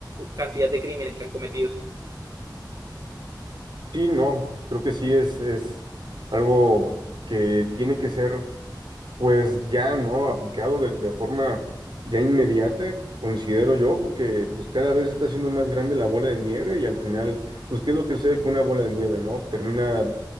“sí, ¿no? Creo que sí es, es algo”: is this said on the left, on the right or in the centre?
Right